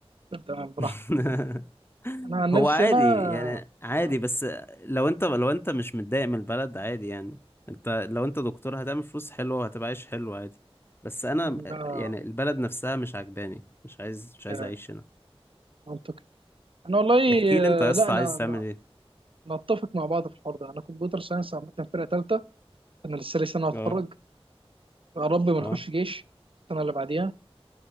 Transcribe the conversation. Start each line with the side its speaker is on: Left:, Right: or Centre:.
Right: تمام براحتك
Left: <laughs>
Right: انا عن نفسي
Left: هو عادي
Right: انا
Left: يعني عادي
Right: آه،
Left: بس لو انت لو انت مش متضايق من البلد عادي يعني انت لو انت دكتور هتعمل فلوس حلوة وهتبقى عايش حلو عادي بس انا
Right: ده
Left: آه، يعني البلد نفسها مش عجباني مش عايز مش عايز
Right: يعني
Left: اعيش هنا
Right: منطقي انا والله
Left: احكي لي انت يا
Right: آه،
Left: اسطى
Right: لا انا
Left: عايز تعمل
Right: أنا-
Left: ايه
Right: نتفق مع بعض في الحوار ده انا كمبيوتر ساينس عامه فرقه ثالثه انا لسه لي سنه هتخرج
Left: اه
Right: يا رب ما نخش
Left: اه
Right: جيش السنه اللي بعديها